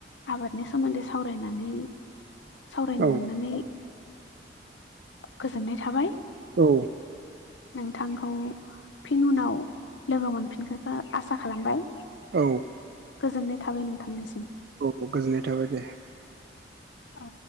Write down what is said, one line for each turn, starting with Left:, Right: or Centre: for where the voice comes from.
Left: आबादनि सोमोन्दै सावरायनानै सावरायनो
Right: औ
Left: मोननानै गोजोननाय थाबाय
Right: औ
Left: नोंथांखौ फिन उनाव लोगो मोनफिनखोखौ आसा खालामबाय।
Right: औ
Left: गोजोननाय थाबाय नोंथांनिसिम।
Right: औ गोजोननाय थाबाय दे
Left: औ